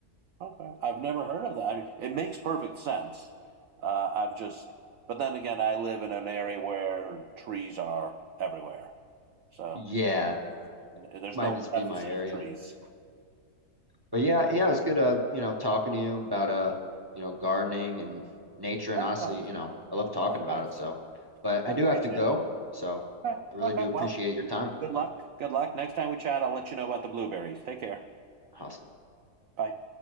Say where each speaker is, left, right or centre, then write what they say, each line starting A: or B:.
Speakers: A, on the right; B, on the right.
A: Okay. I've never heard of that. I mean, it makes perfect sense. Uh, I've just, but then again, I live in an area where trees are everywhere. So
B: Yeah,
A: maybe there's
B: might
A: no
B: just be
A: deficit
B: my area.
A: of trees.
B: But yeah, yeah, it was good uh, you know, talking to you about uh, you know, gardening and nature and
A: Likewise.
B: honestly, you know, I love talking
A: Likewise.
B: about it. So, but I
A: I
B: do
A: appreciate
B: have to go.
A: it.
B: So
A: Okay.
B: I really
A: Okay.
B: do appreciate
A: Well,
B: your time.
A: good luck. Good luck. Next time we chat, I'll let you know about the blueberries. Take care.
B: Awesome.
A: Bye.